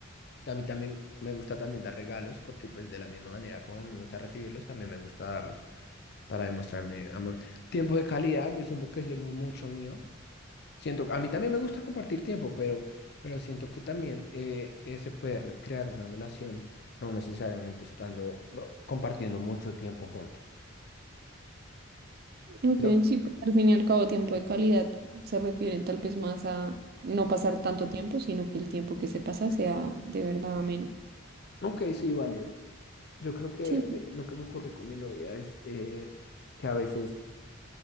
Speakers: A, on the left; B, on the right.
A: a mí también me gusta también dar regalos, porque pues de la misma manera como a mí me gusta recibirlos, también me gusta darlos para demostrar mi amor. Tiempo de calidad, yo siento que eso no es mucho mío. Siento, a mí también me gusta compartir tiempo, pero, pero siento que también eh, eh, se puede re- crear una relación, no necesariamente estando, bueno, compartiendo mucho tiempo juntos.
B: Ok,
A: Pero,
B: sí, pues al fin y al cabo tiempo de calidad se refiere tal vez más a no pasar tanto tiempo, sino que el tiempo que se pasa sea de verdad ameno.
A: ok, sí, válido. Yo creo que
B: Sí,
A: me- lo que me ocurre con mi novia es eh, que a veces,